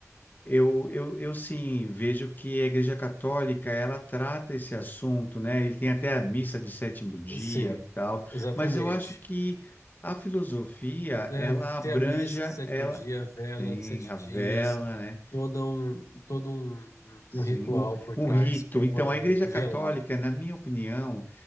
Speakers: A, on the left; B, on the left.
A: eu eu, eu sim vejo que a Igreja Católica, ela trata esse assunto, né? Ele tem até a missa de sétimo dia,
B: Sim,
A: tal,
B: exatamente.
A: mas eu acho que a filosofia,
B: É,
A: ela abranja,
B: tem a missa de sétimo
A: ela
B: dia, a vela
A: tem
B: de sete
A: a
B: dias,
A: vela, né?
B: todo um, todo um, um
A: Sim,
B: um ritual
A: um,
B: por
A: um
B: trás
A: rito.
B: para
A: Então,
B: poder
A: a Igreja
B: velar.
A: Católica, na minha opinião,